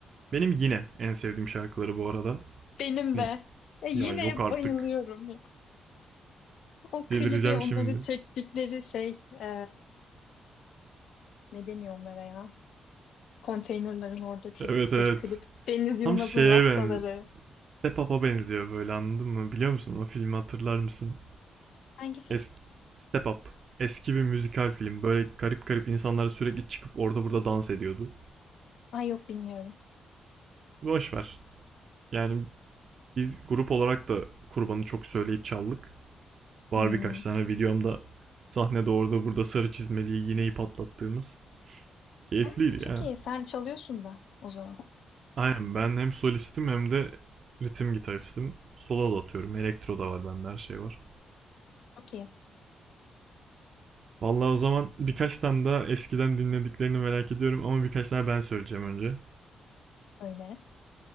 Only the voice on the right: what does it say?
Benim yine en sevdiğim şarkıları bu arada.
Hani
ya yok artık.
Delireceğim
şimdi.
Evet evet.
Tam şeye
benziyor. Step Up'a benziyor böyle anladın mı? Biliyor musun? O filmi hatırlar mısın?
Eski Step Up. Eski bir müzikal film. Böyle garip garip insanlar sürekli çıkıp orada burada dans ediyordu.
Boş Yani biz grup olarak da kurbanı çok söyleyip çaldık. Var
birkaç tane videomda sahnede orada burada sarı çizmeliği iğneyi patlattığımız. Keyifliydi
ya.
Aynen ben hem solistim hem de ritim gitaristim. Solo da atıyorum. Elektro da var bende her şey var.
Vallahi o zaman birkaç tane daha eskiden dinlediklerini merak ediyorum ama birkaç tane ben söyleyeceğim önce.